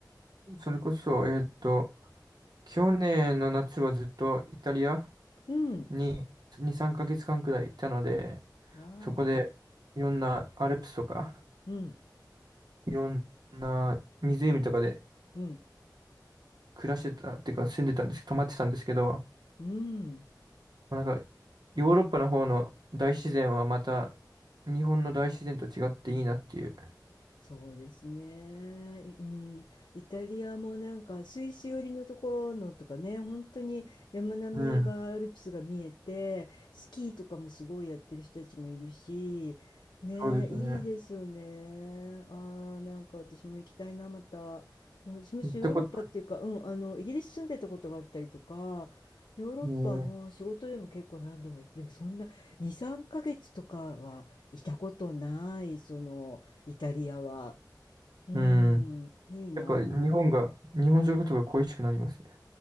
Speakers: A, on the right; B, on the left.
A: それこそ、えーっと、去年の夏はずっとイタリア
B: うん。
A: に2、3ヶ月間くらいいたので、
B: わあ。
A: そこでいろんなアルプスとか、
B: うん。
A: いろんな湖とかで
B: うん。
A: 暮らしてた、っていうか住んでたんですけど、泊まってたんですけど、も
B: うん。
A: うなんか、ヨーロッパの方の大自然はまた、日本の大自然と違っていいなっていう。
B: そうですね。いうん、イタリアもなんかスイス寄りのところのとかね、本当に山並みがアルプスが見えて、
A: うん、
B: スキーとかもすごいやってる人たちもいるし、ね、
A: そうですよね。
B: いいですよね。ああ、なんか私も行きたいな、また。うん私もヨーロッパっていうか、
A: 行ったこと、
B: うん、あの、イギリス住んでたことがあったりとか、ヨーロッパも仕事でも結構何度も行って、
A: ね
B: でもそんな2、3ヶ月とかはいたことない、その、イタリアは。うん。
A: えうん。
B: いいな
A: やっぱ日本が、日本食とか恋しくなりますね。